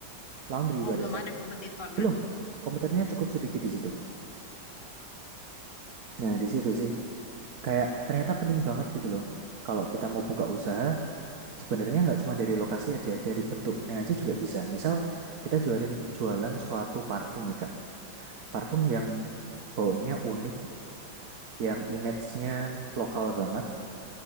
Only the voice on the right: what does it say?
laundry
pada
saat
itu.
Belum, komputernya cukup sedikit di situ. Nah, di situ sih, kayak ternyata penting banget gitu loh. Kalau kita mau buka usaha, sebenarnya nggak cuma dari lokasi aja, dari bentuknya aja juga bisa. Misal, kita jualin jualan suatu parfum nih, Kak. Parfum yang baunya unik yang image-nya lokal banget,